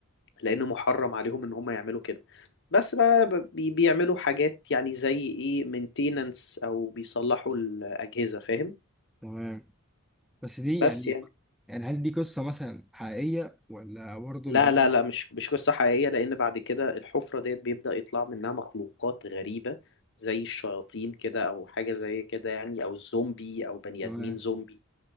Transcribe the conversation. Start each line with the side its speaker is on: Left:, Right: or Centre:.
Left: لان محرم عليهم ان هم يعملوا كده بس بقى ب- بي- بيعملوا حاجات يعني زي ايه مينتيننس او بيصلحوا الاجهزه فاهم
Centre: تمام بس دي
Left: بس
Centre: يعني
Left: يعني
Centre: يعني هل دي قصة مثلا حقيقية ولا برضه
Left: لا
Centre: اللي هي
Left: لا لا مش مش قصه حقيقيه لان بعد كده الحفره ديت بيبدا يطلع منها مخلوقات غريبه زي الشياطين كده او حاجه زي كده يعني او زومبي او بني
Centre: تمام
Left: ادمين زومبي